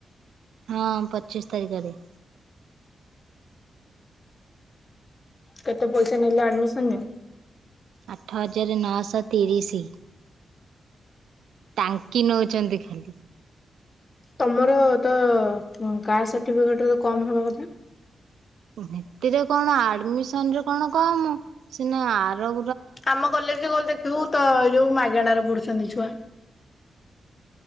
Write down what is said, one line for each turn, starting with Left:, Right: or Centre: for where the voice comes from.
Right: ହଁ, ପଚିଶି ତାରିଖରେ।
Left: କେତେ ପଇସା ନେଲେ ଆଡମିସନରେ?
Right: ଆଠ ହଜାର ନଅଶହ ତିରିଶି। ଟାଙ୍କି ନଉଛନ୍ତି।
Left: ତମର ତ କାଷ୍ଟ ସାର୍ଟିଫିକେଟ ରେ ତ କମ୍ ହବା କଥା।
Right: ସେଥିରେ କଣ ଆଡମିସନ୍ ରେ କଣ କମ୍ ସିନା ଆର।
Left: ଆମ କଲେଜ ଗଲେ ଦେଖିବୁ ତ ଏଇ ଯୋଉ ମାଗଣାରେ ପଡୁଛନ୍ତି ଛୁଆ।